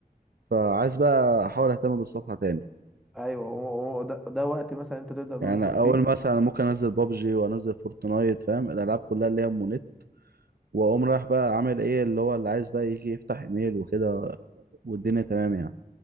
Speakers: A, on the right; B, in the centre.
A: فعايز بقى احاول اهتم بالصفحه تاني
B: ايوه هو هو ده, ده وقت مثلا انت تبدأ تنشر
A: يعني أنا
B: فيه
A: اول مثلا أنا ممكن انزل بابجي وانزل فورتنايت فاهم الالعاب كلها اللي هي مونيت واقوم رايح بقى عامل ايه اللي هو اللي عايز بقى يجي يفتح ايميل وكده والدنيا تمام يعني